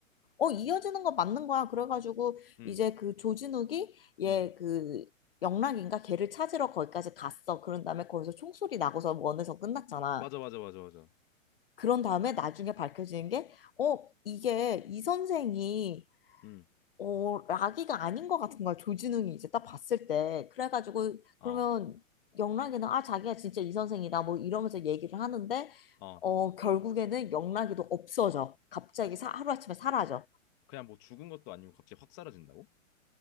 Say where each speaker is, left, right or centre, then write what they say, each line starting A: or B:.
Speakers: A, on the left; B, on the left.
A: 어 이어지는 거 맞는 거야. 그래가지고
B: 음,
A: 이제 그 조진욱이 얘그
B: 음,
A: 영락인가 걔를 찾으러 거기까지 갔어. 그런 다음에 거기서 총소리 나고서 원에서 끝났잖아.
B: 맞아, 맞아, 맞아, 맞아,
A: 그런 다음에 나중에 밝혀지는 게, 어, 이게 이 선생이,
B: 음,
A: 어, 라기가 아닌 것 같은 거야. 조진웅이 이제 딱 봤을 때. 그래가지고,
B: 어,
A: 그러면 영락이는, 아, 자기가 진짜 이 선생이다. 뭐 이러면서 얘기를 하는데,
B: 어,
A: 어, 결국에는 영락이도 없어져. 갑자기 사, 하루아침에 사라져.
B: 그냥 뭐 죽은 것도 아니고 갑자기 확 사라진다고?